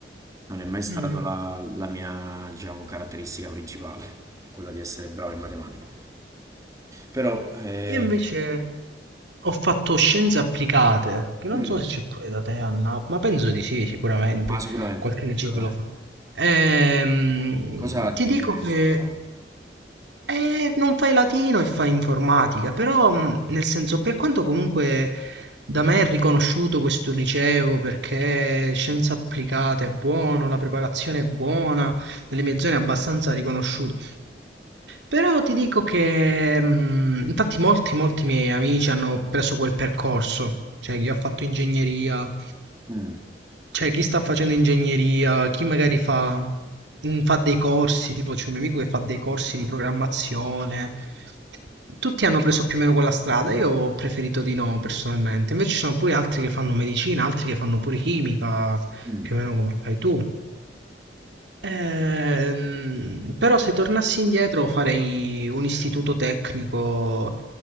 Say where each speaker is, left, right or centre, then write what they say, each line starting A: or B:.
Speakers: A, on the right (about 20°); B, on the right (about 85°).
A: Non è mai stata
B: mm,
A: la, la mia, diciamo, caratteristica principale, quella di essere bravo in matematica. Però, eh,
B: io invece Ho fatto scienze applicate, che non
A: mm,
B: so se c'è pure da te a Napoli, ma penso di sì, sicuramente,
A: ma sicuramente,
B: qualche liceo
A: sicuramente.
B: che lo fa. Ehm,
A: cosa ha
B: ti dico
A: di diverso,
B: che
A: diciamo?
B: eh, non fai latino e fai informatica, però mh, nel senso, per quanto comunque da me è riconosciuto questo liceo perché scienze applicate è buono, la preparazione è buona, nelle mie zone è abbastanza riconosciuto. Però ti dico che, mh, infatti, molti, molti miei amici hanno preso quel percorso, cioè chi ha fatto ingegneria,
A: Mm,
B: cioè chi sta facendo ingegneria, chi magari fa, mh, fa dei corsi, tipo c'è un mio amico che fa dei corsi di programmazione. Tutti hanno preso più o meno quella strada, io ho preferito di no personalmente. Invece ci sono pure altri che fanno medicina, altri che fanno pure chimica,
A: mm.
B: più o meno come fai tu. Ehm, però se tornassi indietro farei un istituto tecnico